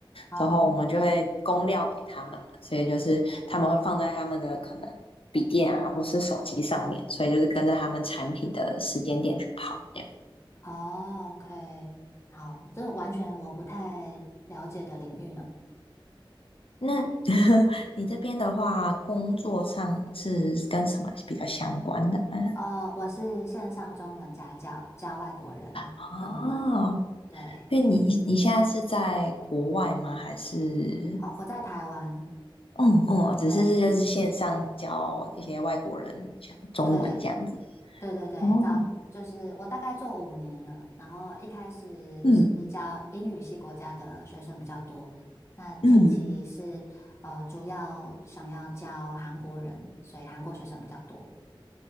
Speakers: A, on the left; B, on the left.
A: 哦，
B: 然后我们就会供料给他们嘛，所以就是他们会放在他们的可能笔电啊，或是手机上面，所以就是跟着他们产品的时间点去跑这样
A: 哦，OK，好，这完全我不太了解的领域呢。
B: 那 <laughs> 你这边的话，工作上是跟什么比较相关的嗯，
A: 哦，我是线上中文家教，教外国人中文。
B: 哦，
A: 对，
B: 那你你现在是在国外吗？还是？
A: 哦，我在台湾。
B: 嗯嗯，只是这就是线上教一些外国人讲中文这样子。
A: 对对，对对对，
B: 哦，
A: 早就是我大概做五年了，然后一开始是教英语系国家的学生比较多，
B: 嗯
A: 那近期是呃主要想要教韩国人，
B: 嗯，
A: 所以韩国学生比较多，